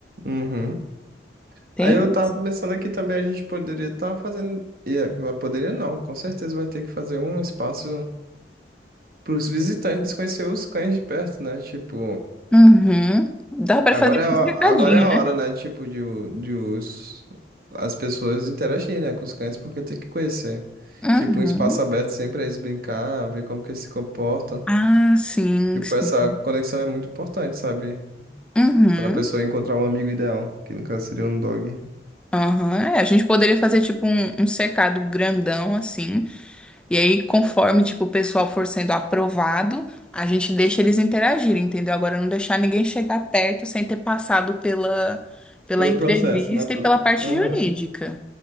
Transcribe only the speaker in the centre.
Tem
isso.
Uhum. Dá pra
fazer tipo
um cercadinho,
né?
Uhum.
Ah, sim,
sim.
Uhum.
Aham, é, a gente poderia fazer tipo um, um cercado grandão assim, e aí conforme tipo o pessoal for sendo aprovado, a gente deixa eles interagirem, entendeu? Agora não deixar ninguém chegar perto sem ter passado pela pela
entrevista
e pela parte
jurídica.